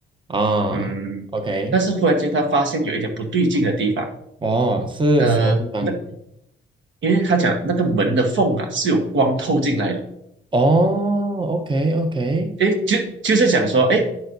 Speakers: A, on the right (about 25°); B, on the right (about 70°).
A: 啊，OK，
B: 嗯，但是忽然间他发现有一点不对劲的地方，
A: 哦，是什么地方？
B: 呃，那因为他讲那个门的缝啊是有光透进来的，
A: 哦，OK OK，
B: 诶，就就是讲说，诶，